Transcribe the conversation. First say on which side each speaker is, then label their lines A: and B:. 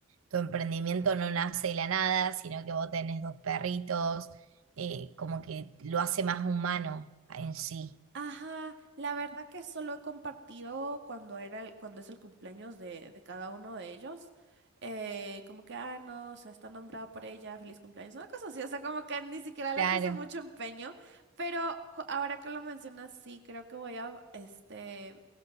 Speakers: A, on the right (about 85°); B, on the right (about 60°).
A: tu emprendimiento no nace de la nada, sino que vos tenés dos perritos, eh, como que lo hace más humano en sí.
B: Ajá, la verdad que solo he compartido cuando era el- cuando es el cumpleaños de, de cada uno de ellos. eh, como que, ah, no, o sea, está nombrado por ella, feliz cumpleaños, una cosa así, o sea, como que ni siquiera
A: Claro.
B: le puse mucho empeño, pero cu- ahora que lo mencionas, sí, creo que voy a, este,